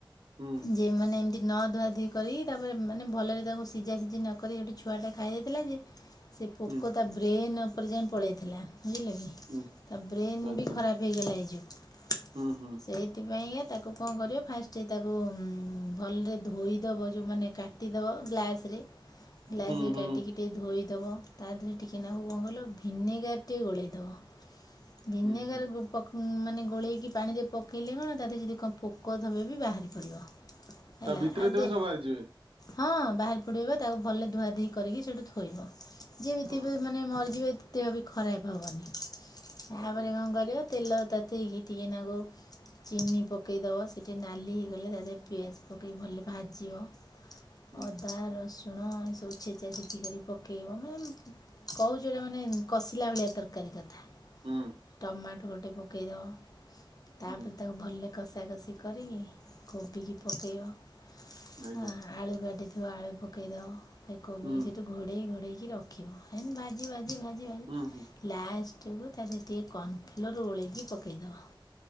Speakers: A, on the right; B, on the left.
A: ହୁଁ।
B: ଯେ ମାନେ ଏମିତି ନ ଧୁଆ ଧୁଇ କରିକି, ତାପରେ ମାନେ ଭଲରେ ତାକୁ ସିଝା ସିଝି ନକରି ଗୋଟେ ଛୁଆଟା ଖାଇ ଦେଇଥିଲା ଯେ ହ ସେ ପୋକ
A: ହୁଁ
B: ତା ବ୍ରେନ୍ ଉପର ଯାଏଁ ପଳେଇଥିଲା। ବୁଝିଲ କି,
A: ହୁଁ
B: ତା ବ୍ରେନ୍
A: ଆଚ୍ଛା
B: ବି ଖରାପ ହେଇଗଲା, ହେଇଯିବ।
A: ହୁଁ, ହୁଁ।
B: ସେଇଥିପାଇଁକା ତାକୁ କଣ କରିବ ଫାଷ୍ଟ ତାକୁ ଉଁ, ଭଲରେ ଧୋଇଦବ, ଯୋଉ ମାନେ କା ଟିଦବ ଗ୍ଲାସ୍ ରେ ଗ୍ଲାସ୍
A: ହୁଁ
B: ରେ
A: ହୁଁ ହୁଁ
B: କାଟିକି ଟିକି ଧୋଇଦବ ତା ଦେହରେ ଟିକିଏ ନାକୁ କଣ କହିଲ ଭିନେଗାର ଟିକେ ଗୋଳେଇଦବ। ଭିନେଗାର
A: ହୁଁ ହୁଁ
B: ବୁ-ପକ-ମାନେ ଗୋଳେଇକି ପାଣିରେ ପକେଇଲେ କଣ ତା ଦେହରେ ଯଦି କଣ ପୋ କ ଥବବି ବାହାରି ପଡ଼ିବ, ହେଲା,
A: ତା ଭିତରେ
B: ଆ
A: ଥିବେ
B: ଦେ
A: ସବୁ ବାହାରି ଯିବେ
B: ହଁ ବାହାରି ପଡ଼ିବ ବା ତାକୁ ଭଲ ଧୁଆଧୁଇ କରିକି ସେଇଠୁ ଥୋଇବ। ଯିଏ ବି ଥିବେ
A: ହଁ
B: ମାନେ ମରିଯିବେ, ଦେହ ବି ଖରାପ ହବନି। ତାପରେ
A: ଆଜ୍ଞା
B: କଣ କରିବ ତେଲ ତତେଇକି ଟିକେ ନାକୁ ଚିନି ପକେଇଦବ, ସିଏ ଟିକେ ନାଲି ହୋଇଗଲେ ତା ଦେହରେ ପିଆଜ ପକେଇ ଭଲ ଭାଜିବ।
A: ହୁଁ
B: ଅଦା ରସୁଣ ଏସବୁ ଛେଚା ଛେଚି କରି ପକେଇବ, ମାନେ ଏମ କହୁଛି ଏଟା ମାନେ କଷିଲା ଭଳିଆ ତରକାରୀ କଥା,
A: ହୁଁ
B: ଟମାଟୋ ଗୋଟେ ପକେଇଦବ। ତାପରେ
A: ହୁଁ
B: ତାକୁ ଭଲ କଷା କଷି କରିକି କୋବିକି ପକେଇବ। ଅ,
A: ଆଜ୍ଞା
B: ଆ, ଆଳୁ କାଟିଥିବ ଆଳୁ ପକେଇଦବ। ସେ କୋବି
A: ହୁଁ
B: କି ସେଇଠି ଘୋଡ଼େଇ ଘୋଡ଼େଇକି ରଖିବ। ଏମତି ଭାଜି ବାଜି ଭାଜି ଭାଜି
A: ହୁଁ ହୁଁ
B: ଲାଷ ଟକୁ ତା ଦେହରେ ଟିକେ କର୍ଣ୍ଣ ଫ୍ଲୋର୍ ଗୋଳେଇକି ପକେଇଦବ।